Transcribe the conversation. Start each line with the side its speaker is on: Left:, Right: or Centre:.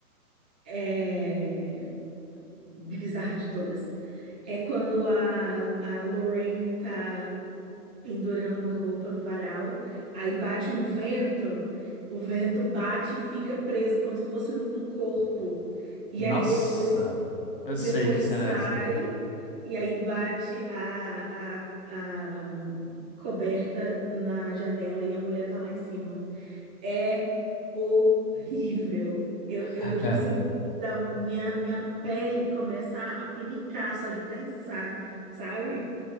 Centre: é bizarra de todas. É quando a, a Lorraine tá pendurando roupa no varal, aí bate um vento, o vento bate e fica preso como se fosse num corpo. E
Left: Nossa,
Centre: aí depois,
Left: eu sei
Centre: depois
Left: que cena
Centre: sai,
Left: é essa.
Centre: e aí bate a, a, a coberta na janela e a mulher tá lá em cima. É horrível. Eu, eu
Left: <laughs>
Centre: tipo assim, da- minha, minha pele começa a pinicar só de pensar, sabe?